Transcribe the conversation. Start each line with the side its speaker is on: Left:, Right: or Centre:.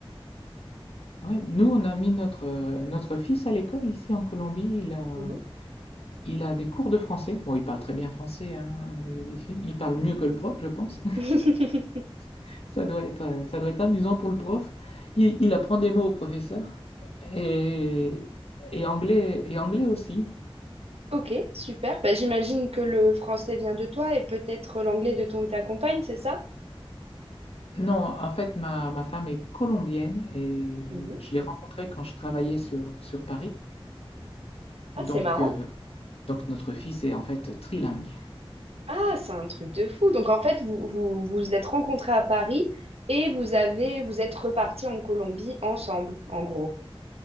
Left: Oui, nous, on a mis notre, euh, notre fils à l'école ici en Colombie. Il a,
Right: Mhm.
Left: il a des cours de français. Bon, il parle très bien français, hein. Il, il parle mieux que le prof, je pense.
Right: <laughs>
Left: <laughs> Ça doit être, euh, ça doit être amusant pour le prof. Il, il apprend des mots au professeur et, et anglais, et anglais aussi.
Right: Ok, super. Bah, j'imagine que le français vient de toi et peut-être l'anglais de ton ou ta compagne, c'est ça?
Left: Non, en fait, ma, ma femme est colombienne et
Right: Mhm.
Left: je l'ai rencontrée quand je travaillais sur, sur Paris.
Right: Ah,
Left: Donc,
Right: c'est marrant.
Left: euh, donc, notre fils est en fait trilingue.
Right: Ah, c'est un truc de fou. Donc en fait, vous vous, vous êtes rencontrés à Paris et vous avez vous êtes repartis en Colombie ensemble, en gros.